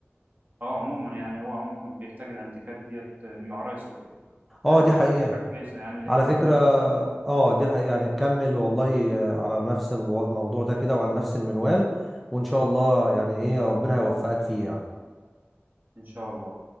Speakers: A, on the right (about 45°); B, in the centre.
A: آه، عموما يعني هو عموما بيحتاج الانتيكات ديت للعرايس وكده
B: اه
A: ايوه
B: دي حقيقة
A: هي فكره كويسه يعني اللي
B: على
A: انت قلتها
B: فكرة
A: دي برضه
B: اه دي حقيقة يعني كمل والله آه، على نفس المو- الموضوع ده كده وعلى نفس المنوال وان شاء الله يعني ايه ربنا هيوفقك فيه يعني
A: ان شاء الله